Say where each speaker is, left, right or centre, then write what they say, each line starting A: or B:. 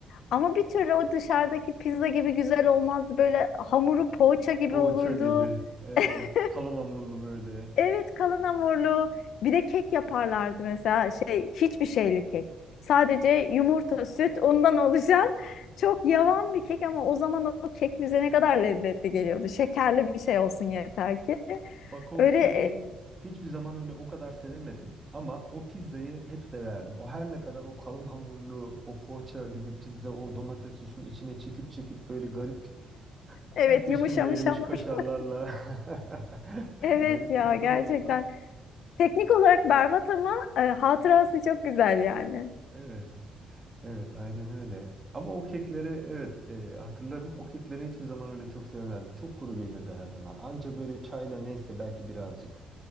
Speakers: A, on the left (about 75°); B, on the right (about 25°).
A: Ama bir türlü o dışarıdaki pizza gibi güzel olmazdı. Böyle hamuru poğaça gibi
B: Poğaça
A: olurdu.
B: gibi. Evet.
A: <laughs>
B: Kalın hamurlu böyle.
A: Evet kalın hamurlu. Bir de kek yaparlardı mesela şey hiçbir şeyli kek. Sadece yumurta, süt ondan oluşan <laughs> çok yavan bir kek ama o zaman o kek bize ne kadar lezzetli geliyordu. Şekerli bir şey olsun yeter ki.
B: Bak o
A: Öyle
B: keki
A: e,
B: hiçbir zaman öyle o kadar sevemedim ama o pizzayı hep severdim. O her ne kadar o kalın hamurlu, o poğaça gibi pizza, o domates sosunu içine çekip çekip böyle garip <laughs>
A: evet
B: üstünde
A: yumuşamış
B: erimiş
A: hamur.
B: kaşarlarla
A: <laughs>
B: <laughs>
A: Evet
B: garip
A: ya
B: bir tadı
A: gerçekten.
B: da olsa.
A: Teknik olarak berbat ama e, hatırası çok güzel yani.
B: Evet. Evet, aynen öyle. Ama o kekleri evet e, hatırlarım. O kekleri hiçbir zaman öyle çok sevmezdim. Çok kuru gelirdi her zaman. Anca böyle çayla neyse belki birazcık